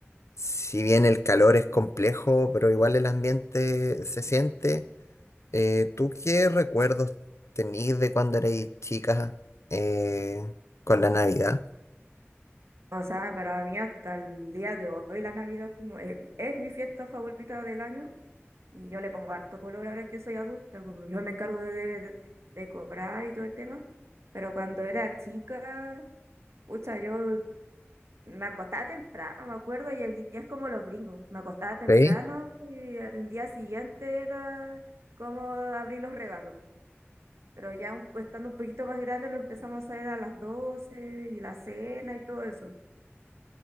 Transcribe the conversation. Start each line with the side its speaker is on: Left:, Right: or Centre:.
Left: Si bien el calor es complejo, pero igual el ambiente se siente. Eh, ¿tú qué recuerdos tenís de cuando erais chicas eh, con la Navidad?
Right: O sea, para mí hasta el día de hoy la Navidad es como es, es mi fiesta favorita del año y yo le pongo harto color ahora que soy adulta, como yo me encargo de, de- de decorar y todo el tema, pero cuando era chica, pucha, yo me acostaba temprano, me acuerdo, y el día es como los gringos, me acostaba temprano
Left: ¿Sí?
Right: y el día siguiente era como abrir los regalos, pero ya un- estando un poquito más grande lo empezamos a hacer a las 12 y la cena y todo eso.